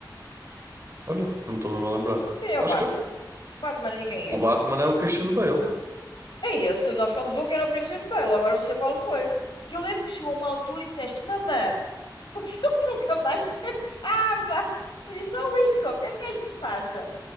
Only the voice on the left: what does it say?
Quem é
o Batman?
Batman e quem
é?
É esse. Nós somos um que era o Christian Bale. Agora não sei qual foi. Que eu lembro que chegou uma altura e disseste: Mamã, o filme <laughs> nunca mais se acaba. Eu disse: Oh, Ico, o que é que este faça?